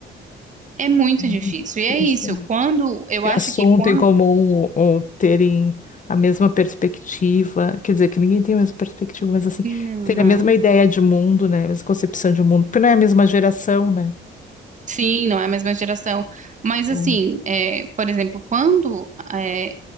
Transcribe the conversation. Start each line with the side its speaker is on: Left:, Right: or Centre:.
Right: É muito
Left: Uhum,
Right: difícil. E é
Left: Difícil.
Right: isso. Quando eu
Left: Ter
Right: acho
Left: assunto
Right: que quando
Left: em comum ou, ou terem a mesma perspectiva, quer dizer, que ninguém tem a mesma perspectiva, mas assim,
Right: não
Left: ter a
Right: é.
Left: mesma ideia de mundo, né? A mesma concepção de mundo, porque não é a mesma geração, né?
Right: Sim, não é a mesma geração. Mas
Left: Então,
Right: assim, é, por exemplo, quando é,